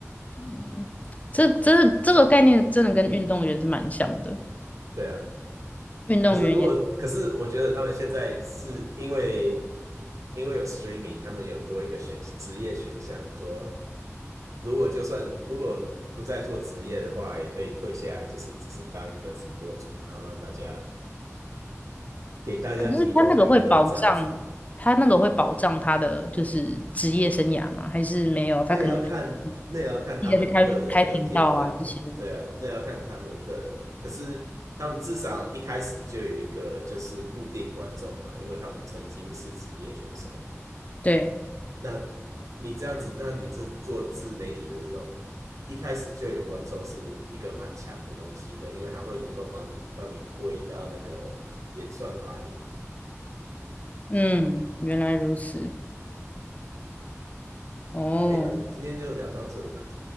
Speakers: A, on the left (about 30°); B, on the right (about 80°).
A: 嗯，这真的这个概念真的跟运动员是蛮像的，
B: 对啊。
A: 运动员也，
B: 可是如果可是我觉得他们现在是因为因为有 streaming，他们有多一个选职业选项，说如果就算如果不再做职业的话，也可以退下来，就是只是当一个直播主，然后让大家给大家提供娱乐这样子。
A: 可是他那个会保障，他那个会保障他的就是职业生涯吗？还是没有？
B: 那也要看，
A: 他可能就自
B: 那也要看他们个人的天分，
A: 己要去开开频道啊这些的。
B: 对啊，那也要看他们个人的天分可是他们至少一开始就有一个就是固定观众嘛，因为他们曾经是职业选手。
A: 对，
B: 那你这样子，那你这做自媒体的这种，一开始就有观众是一个蛮强的东西的，因为他会能够帮你帮你推到那个演算法里。
A: 嗯，原来如此，哦，
B: 诶，那我们今天就聊到这里吧，